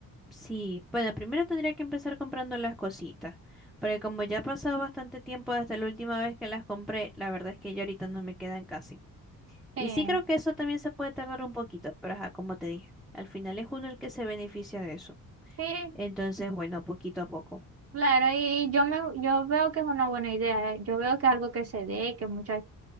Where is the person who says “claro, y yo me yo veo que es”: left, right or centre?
Right